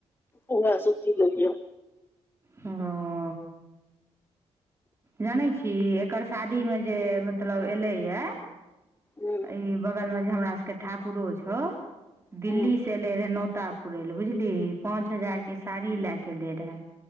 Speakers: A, on the left; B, on the right.
A: उहे सुति लेल ये।
B: हं अ। जानै छी, एकर शादी में जे मतलब एले ये।
A: हूँ
B: ई बगल में जे हमरा सबके ठाकुरो छौ, दिल्ली
A: हूँ
B: से एले रहे नोता- पुरेले बुझलीही, पांच हजार के साड़ी ले के ऐले रहे,